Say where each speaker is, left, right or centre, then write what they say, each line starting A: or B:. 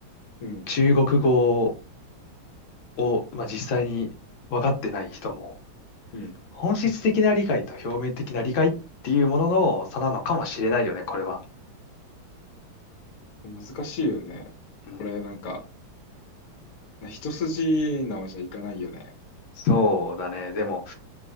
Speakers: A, on the left; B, on the left.
A: うん、
B: 中国語を、まあ、実際に分かってない人も、
A: うん。
B: 本質的な理解と表面的な理解っていうものの差なのかもしれないよね、これは。
A: 難しいよね。
B: うん。
A: これなんか、ね一筋縄じゃいかないよね。
B: そうだね。でも、